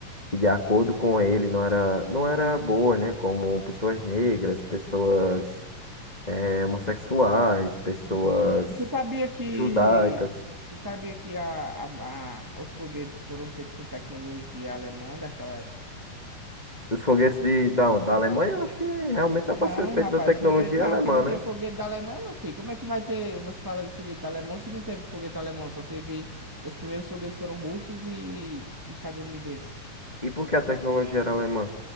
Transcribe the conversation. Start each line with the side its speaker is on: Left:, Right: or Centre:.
Left: que de acordo com ele não era, não era boa, né? Como pessoas negras, pessoas eh, homossexuais, pessoas
Right: Uhum. Tu sabia que
Left: judaicas.
Right: tu sabia que a, a- a- os foguetes foram feitos com tecnologia alemã daquela época?
Left: Os foguetes de, da, da Alemanha, eu acho que realmente é
Right: Não,
Left: para ser feito
Right: rapaz,
Left: da tecnologia
Right: foguete. Não,
Left: alemã,
Right: que não
Left: né?
Right: tinha foguete da Alemanha, meu filho. Como é que vai ter. Você fala de foguete da Alemanha se não teve foguete alemão? Só teve. Os primeiros foguetes foram russos e estadunidenses.
Left: E por que a tecnologia era alemã?